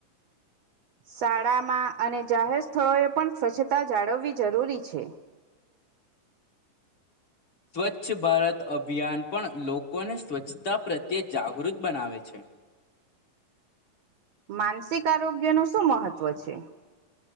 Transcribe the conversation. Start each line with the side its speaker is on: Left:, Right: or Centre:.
Right: શાળામાં અને જાહેર સ્થળો એ પણ સ્વચ્છતા જાળવવી જરૂરી છે.
Left: સ્વચ્છ ભારત અભિયાન પણ લોકોને સ્વચ્છતા પ્રત્યે જાગૃત બનાવે છે.
Right: માનસિક <unintelligible> નું શું મહત્વ છે.